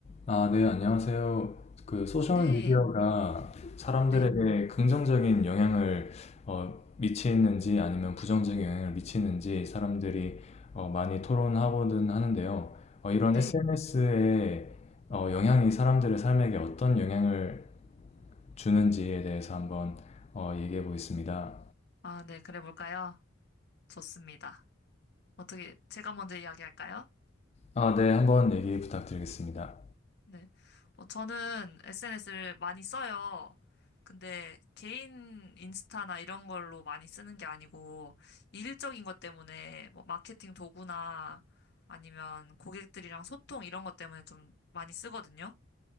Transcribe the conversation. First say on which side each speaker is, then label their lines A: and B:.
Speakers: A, on the left; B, on the left.
A: 아, 네, 안녕하세요. 그 소셜
B: 네,
A: 미디어가 사람들에게
B: 네,
A: 긍정적인 영향을 어, 미치는지 아니면 부정적인 영향을 미치는지 사람들이 어, 많이 토론하고는 하는데요. 어, 이런
B: 네.
A: SNS의 영향이 사람들의 삶에게 어떤 영향을 주는지에 대해서 한번 어, 얘기해 보겠습니다.
B: 아, 네, 그래 볼까요? 좋습니다. 어떻게, 제가 먼저 이야기할까요?
A: 아, 네, 한번 얘기 부탁드리겠습니다.
B: 네. 어, 저는 SNS를 많이 써요. 근데 개인 인스타나 이런 걸로 많이 쓰는 게 아니고, 일적인 것 때문에 뭐 마케팅 도구나 아니면 고객들이랑 소통 이런 것 때문에 좀 많이 쓰거든요.